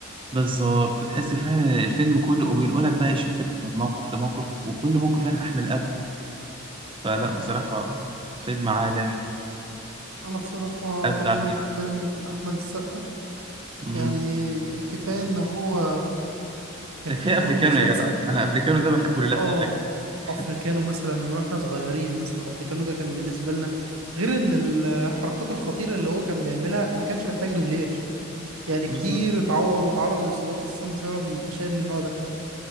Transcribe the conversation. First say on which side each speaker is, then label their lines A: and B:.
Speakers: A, on the right (about 25°); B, on the right (about 75°).
A: بالظبط تحس فعلا الفيلم كله وبينقلك بقى يشفتك من موقف لموقف وكل موقف انا احمل قبل فلا بصراحة فيلم عالمي
B: انا بصراحة
A: ابدع
B: طول عمري
A: فيه
B: بحترم
A: بصراحة
B: احمد السقا
A: امم
B: يعني كفاية ان هو كان
A: ده
B: في
A: كفاية
B: برضه
A: افريكانو
B: مسلسل
A: يا جدع انا افريكانو ده بحبه
B: اه
A: لله في الله كده
B: افريكانو
A: <laughs>
B: مثلا من واحنا صغيرين مثلا افريكانو ده كان بالنسبه لنا غير ان الحركات الخطيره اللي هو كان بيعملها ما كانش محتاج دوبلير يعني
A: بالظبط
B: كتير اتعور وتعرض لاصابات اساسا بسبب مشاهد من النوع ده